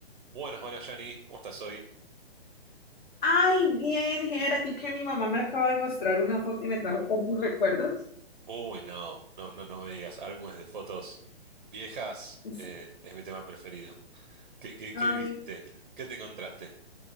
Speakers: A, on the right (about 50°); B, on the left (about 50°).
A: Buenas, buenas, Yanni. ¿Cómo estás hoy?
B: Ay, bien, Ger, aquí que mi mamá me acaba de mostrar una foto y me trajo tantos recuerdos.
A: Uy, no, no, no, no me digas. Álbumes de fotos viejas
B: Sí,
A: eh, es mi tema preferido. ¿Qué, qué, qué
B: Ay,
A: viste? ¿Qué te encontraste?